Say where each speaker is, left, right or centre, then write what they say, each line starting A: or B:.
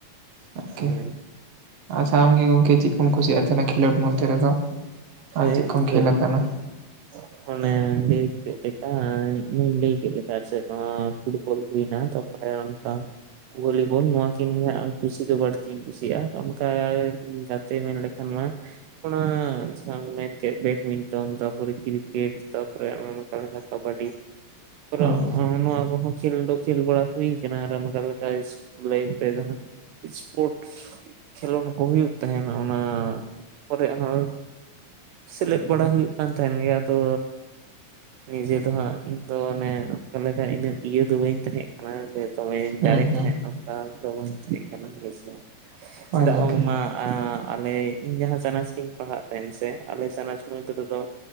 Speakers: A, on the right; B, on the right.
A: ᱟᱨᱠᱤ
B: ᱦᱳᱭ
A: ᱟᱪᱪᱷᱟ ᱟᱢᱜᱮ ᱜᱚᱝᱠᱮ, ᱪᱮᱫ ᱠᱚᱢ ᱠᱩᱥᱤᱭᱟᱜ ᱛᱟᱦᱮᱱᱟ ᱠᱷᱮᱞᱳᱰ ᱢᱚᱫᱽᱫᱷᱮ ᱨᱮᱫᱚ?
B: <unintelligible>
A: ᱟᱨ ᱪᱮᱫ ᱠᱚᱢ ᱠᱷᱮᱞ ᱟᱠᱟᱱᱟ
B: ᱚᱱᱮ ᱞᱟᱹᱭ ᱠᱮᱫ ᱞᱮᱠᱟ ᱤᱧᱤᱧ ᱞᱟᱹᱭ ᱠᱮᱫ ᱞᱮᱠᱟ ᱟᱨ ᱪᱮᱫ <unintelligible> ᱜᱳᱞ ᱦᱩᱭᱱᱟ ᱛᱟᱯᱚᱨᱮ ᱚᱱᱠᱟ ᱵᱷᱚᱞᱤᱵᱚᱞ ᱱᱚᱣᱟᱠᱤᱱ ᱜᱮ ᱦᱟᱸᱜ ᱠᱩᱥᱤ ᱫᱚ ᱵᱟᱹᱲᱛᱤᱧ ᱠᱩᱥᱤᱭᱟᱜᱼᱟ, ᱚᱱᱠᱟ ᱠᱟᱛᱮ ᱢᱮᱱ ᱞᱮᱠᱷᱟᱱ ᱢᱟ ᱚᱱᱟ ᱟᱢ ᱢᱮᱱ ᱠᱮᱫ ᱵᱮᱰ ᱢᱤᱱᱴᱚᱱ, ᱛᱟᱯᱚᱨᱮ ᱠᱨᱤᱠᱮᱴ ᱛᱟᱯᱚᱨᱮ <unintelligible> ᱠᱟᱵᱟᱰᱤ। ᱟᱨᱚ
A: ᱦᱩᱸ
B: ᱱᱚᱣᱟ ᱠᱚᱦᱚᱸ ᱠᱷᱮᱞ ᱫᱚ ᱠᱷᱮᱞ ᱵᱟᱲᱟ ᱦᱩᱭ ᱠᱟᱱᱟ, ᱟᱨ ᱚᱱᱠᱟ ᱞᱮᱠᱟ ᱤᱥᱠᱩᱞ ᱞᱟᱭᱤᱯᱷ ᱨᱮᱫᱚ ᱦᱟᱸᱜ ᱥᱯᱳᱨᱴᱥ ᱠᱷᱮᱞᱚᱸᱰ ᱠᱚ ᱦᱩᱭᱩᱜ ᱛᱟᱦᱮᱱᱟ ᱚᱱᱟ ᱠᱚᱨᱮᱜ ᱦᱚᱸ ᱥᱮᱞᱮᱫ ᱵᱟᱲᱟ ᱦᱩᱭᱩᱜ ᱠᱟᱱ ᱛᱟᱦᱮᱱ ᱜᱮᱭᱟ ᱟᱫᱚ ᱱᱤᱡᱮ ᱫᱚᱦᱟᱸᱜ ᱤᱧ ᱫᱚ ᱚᱱᱮ ᱚᱱᱠᱟ ᱞᱮᱠᱟ ᱤᱱᱟᱹᱜ ᱤᱭᱟᱹ ᱫᱚ ᱵᱟᱹᱧ ᱛᱟᱦᱮᱸ ᱠᱟᱱᱟ ᱡᱮ ᱫᱚᱢᱮᱧ
A: ᱦᱩᱸ
B: ᱫᱟᱲᱮᱭᱟᱜ
A: ᱦᱩᱸ
B: ᱛᱟᱦᱮᱸᱫ ᱚᱱᱠᱟ ᱫᱚ ᱵᱟᱝ ᱛᱟᱦᱮᱸ ᱠᱟᱱᱟ ᱦᱳᱭ ᱥᱮ,
A: ᱦᱳᱭ
B: ᱪᱮᱫᱟᱜ
A: ᱜᱚᱝᱠᱮ
B: ᱵᱟᱝᱢᱟ ᱟᱸᱻ ᱟᱞᱮ ᱤᱧ ᱡᱟᱦᱟᱸ ᱪᱟᱱᱟᱪ ᱜᱤᱧ ᱯᱟᱲᱦᱟᱜ ᱛᱟᱦᱮᱸᱱ ᱥᱮ, ᱟᱞᱮ ᱪᱟᱱᱟᱪ ᱢᱩᱫ ᱨᱮᱫᱚ